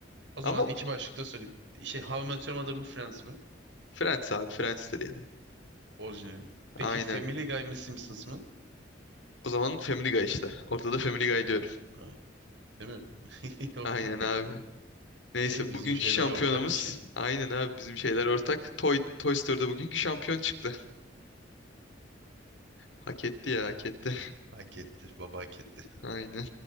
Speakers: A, on the right; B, on the left.
A: O zaman
B: Ama
A: iki başlıkta söyleyeyim. Şey How I Met Your Mother mı Friends mi?
B: Friends abi Friends'tir ya.
A: Orijinali. Peki
B: Aynen.
A: Family Guy mı Simpsons mı?
B: O zaman Family Guy işte. Ortada da Family Guy diyorum.
A: Ha, değil mi? <laughs>
B: Aynen abi. Neyse
A: Ey, bizim
B: bugünkü
A: şeyler
B: şampiyonumuz
A: ortakmış ya.
B: aynen abi bizim şeyler ortak. Toy, Toy Story'da bugünkü şampiyon çıktı. Hak etti ya hak etti.
A: Hak etti. Baba hak etti.
B: <laughs> Aynen.